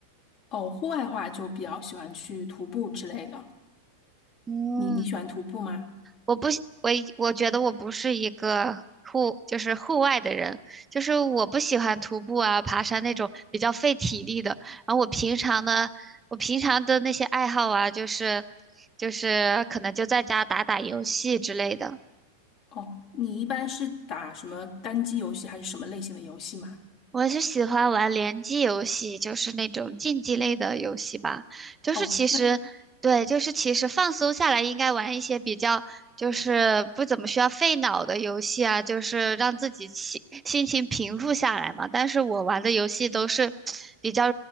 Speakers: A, on the left (about 50°); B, on the right (about 15°).
A: 哦，户外的话就比较喜欢去徒步之类的。
B: 嗯，
A: 你你喜欢徒步吗？
B: 我不喜我我觉得我不是一个户，就是户外的人，就是我不喜欢徒步啊、爬山那种比较费体力的。然后我平常呢，我平常的那些爱好啊，就是就是可能就在家打打游戏之类的。
A: 哦，你一般是打什么单机游戏还是什么类型的游戏吗？
B: 我是喜欢玩联机游戏，就是那种竞技类的游戏吧。就是其实，
A: 哦，那
B: 对，就是其实放松下来应该玩一些比较，就是不怎么需要费脑的游戏啊，就是让自己心心情平复下来嘛。但是我玩的游戏都是比较